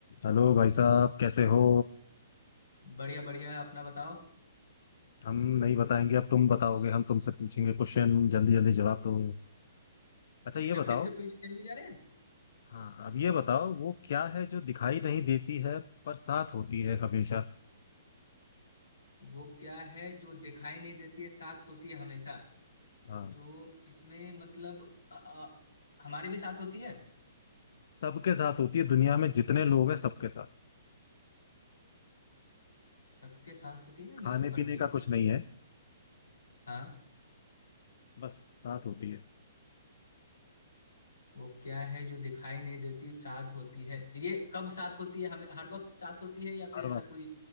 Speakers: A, on the left; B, on the left.
A: Hello भाई साहब कैसे हो
B: बढ़िया बढ़िया अपना बताओ
A: हम नहीं बताएंगे अब तुम बताओगे हम तुमसे पूछेंगे क्वेश्चन जल्दी जल्दी जवाब दो अच्छा ये
B: अच्छा
A: बताओ
B: फिर से क्विज खेलने जा रहे हैं
A: हाँ अब ये बताओ वो क्या है जो दिखाई नहीं देती है पर साथ होती है हमेशा
B: वो क्या है जो दिखाई नहीं देती है साथ होती है हमेशा
A: हाँ
B: तो इसमें मतलब अ, अ, हमारे भी साथ होती है
A: सबके साथ होती है दुनिया में जितने लोग हैं सबके साथ
B: सबके साथ होती है यार
A: खाने
B: मेरे को कंफ्यूज
A: पीने का
B: करते
A: कुछ नहीं
B: हैं
A: है
B: हाँ
A: बस साथ होती है
B: वो क्या है जो दिखाई नहीं देती साथ होती है ये कब साथ होती है हमें हर वक्त साथ होती है या फिर
A: हर
B: ऐसा
A: वक्त
B: कोई